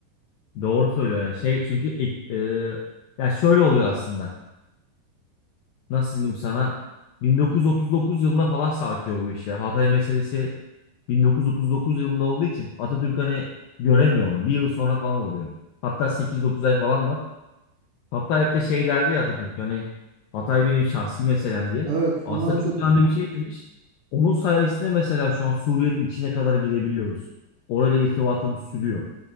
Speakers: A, on the left (about 80°); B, on the right (about 70°).
A: Doğru söylüyor ya. Şey çünkü ek- e, ya şöyle oluyor aslında. Nasıl diyeyim sana? 1939 yılına falan sarkıyor bu iş ya. Hatay meselesi 1939 yılında olduğu için Atatürk hani göremiyor onu. Bir yıl sonra falan oluyor. Hatta 8-9 ay falan var. Hatta hep de şey derdi ya Atatürk hani Hatay benim şahsi meselem diye.
B: Evet
A: Aslında
B: onu hatır...
A: çok önemli bir şey demiş. Onun sayesinde mesela şu an Suriye'nin içine kadar girebiliyoruz. Orayla irtibatımız sürüyor.